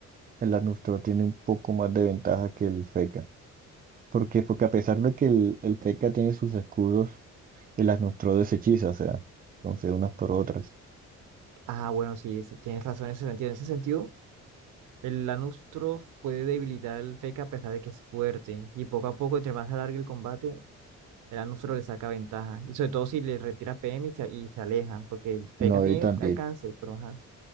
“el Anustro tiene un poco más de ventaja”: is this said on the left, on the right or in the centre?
Right